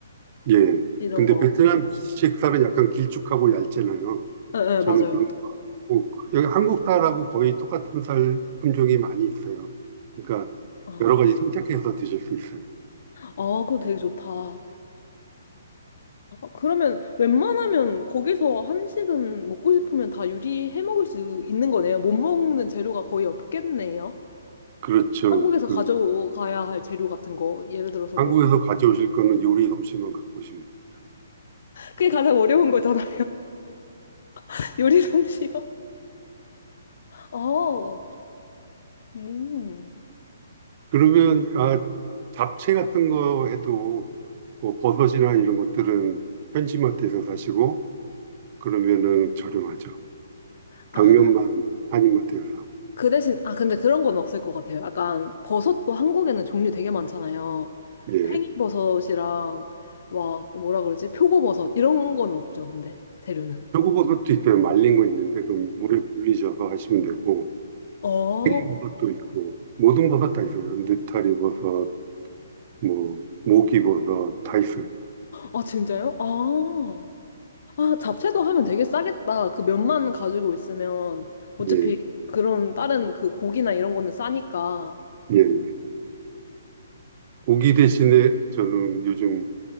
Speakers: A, on the right; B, on the left.
A: 예.
B: 이런
A: 근데
B: 거.
A: 베트남식 살은 약간 길쭉하고 얇잖아요.
B: 예,
A: 저는
B: 예, 맞아요.
A: 그런 거 안 먹고 여기 한국 쌀하고 거의 똑같은 쌀 품종이 많이 있어요. 그러니까
B: 아,
A: 여러 가지 선택해서 드실 수 있어요.
B: 아, 그거 되게 좋다. 아, 그러면 웬만하면 거기서 한식은 먹고 싶으면 다 요리해 먹을 수 있는 거네요. 못 먹는 재료가 거의 없겠네요.
A: 그렇죠.
B: 한국에서
A: 그
B: 가져가야 할 재료 같은 거. 예를 들어서
A: 한국에서
B: 뭐.
A: 가져오실 거는 요리 솜씨만 갖고 오시면 됩니다.
B: 그게 가장 어려운 거잖아요. <laughs> 요리 솜씨요. 어, 음.
A: 그러면 아 잡채 같은 거 해도 뭐 버섯이나 이런 것들은 현지마트에서 사시고 그러면은 저렴하죠.
B: 아,
A: 당면만 한인마트에서 사고.
B: 그 대신, 아, 근데 그런 건 없을 것 같아요. 약간 버섯도 한국에는 종류 되게 많잖아요.
A: 예.
B: 팽이버섯이랑 막 뭐라 그러지? 표고버섯 이런 건 없죠, 근데 재료는.
A: 표고버섯도 있어요. 말린 거 있는데 그 물에 굴리셔서 하시면 되고
B: 어,
A: 버섯도 있고 모든 버섯 다 있어요. 느타리 버섯, 뭐 모기 버섯 다 있어요.
B: 아, 진짜요? 아, 아, 잡채도 하면 되게 싸겠다. 그 면만 가지고 있으면 어차피
A: 예,
B: 그런 다른 그 고기나 이런 거는 싸니까.
A: 예. 예. 고기 대신에 저는 요즘